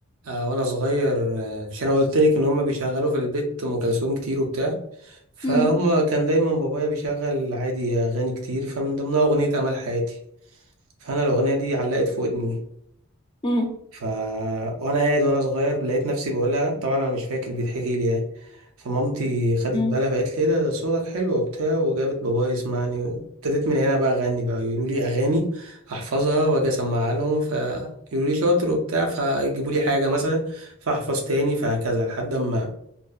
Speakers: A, on the right; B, on the left.
A: آه وانا صغير آه، عشان انا قلت لك ان هم بيشغلوا في البيت ام كلثوم كتير وبتاع فهم
B: امم
A: كان دايما بابايا بيشغل عادي اغاني كتير فمن ضمنها اغنيه امل حياتي فانا الاغنيه دي علقت في ودني
B: امم
A: ف وانا قاعد وانا صغير لقيت نفسي بقولها طبعا انا مش فاكر بيتحكي لي يعني فمامتي خدت
B: امم
A: بالها فقالت لي ايه ده ده صوتك حلو وبتاع وجابت بابايا يسمعني وابتديت من هنا بقى اغني بقى يقولوا لي اغاني احفظها واجي اسمعها لهم فيقولوا لي شاطر وبتاع فيجيبوا لي حاجه مثلا فاحفظ تاني فهكذا لحد ما